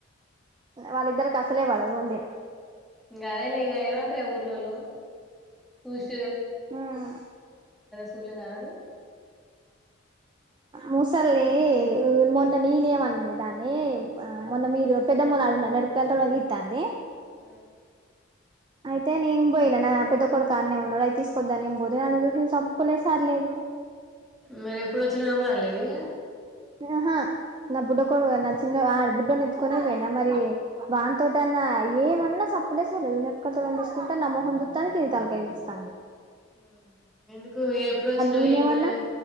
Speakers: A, on the right (about 25°); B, in the centre.
A: వాళ్ళిద్దరికి అసలే పడదు ముందే
B: ఇంగ అదే లే ఇగ ఏమంటారు ఊరిలోళ్ళు చూస్
A: హ్మ్
B: సూలేదా అనరు
A: ముసలి మొన్న నేనేమన్ననే దాన్ని ఆ మొన్న మీరు పెద్దమ్మ ఆడున్న మిరపకాయలతో అలితండి
B: ఆ
A: అయితే నేను పోయినా నా పెద్ద కొడు కాడన్నె ఉన్నాడు అది తీసుకొద్దాం నే పోతే నన్న చూసి సప్పులే సర్లేదు
B: మరి ఎప్పుడు వచ్చిన కూడా లేదుగా
A: ఆహా నా బుడ్డ కొడుకు నా చిన్న బుడ్డొడి నెత్తుకునే పోయినా మరి వాని తోటన్నా ఏమన్నా సప్పులేసర్లేదు నెట్కల తోట తీసుకుంటే న మొహం చుత్తానికి తలకాయ్ నొస్తాంది
B: ఆ ఎందుకు ఎప్పుడు వచ్చినా
A: నేనేమన్నా
B: ఏన్నా